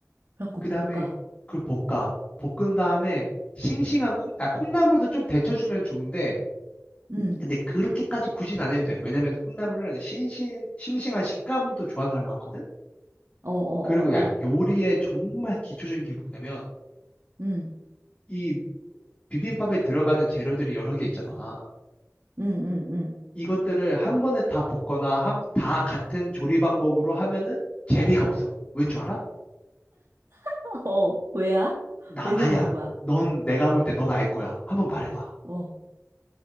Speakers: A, on the right (about 65°); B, on the left (about 25°).
A: 그래갖고
B: 그 다음에
A: 볶아.
B: 그걸 볶아 볶은 다음에 싱싱한 콩, 아, 콩나물도 좀 데쳐주면 좋은데
A: 응.
B: 근데 그렇게까지 굳이 안 해도 돼 왜냐면 콩나물은 신신 싱싱한 식감도 좋아하는 사람 많거든
A: 어, 어, 어,
B: 그리고 야
A: 어.
B: 요리의 정말 기초적인 게 뭐냐면
A: 응.
B: 이 비빔밥에 들어가는 재료들이 여러 개 있잖아.
A: 응, 응, 응.
B: 이것들을 한 번에 다 볶거나 한- 다 같은 조리 방법으로 하면은 재미가 없어. 왠 줄 알아?
A: <laughs> 어. 왜야?
B: 나
A: 왜
B: 아니야.
A: 그러는 거야?
B: 넌 내가 볼 때 넌 알 거야. 한번 말해봐.
A: 어.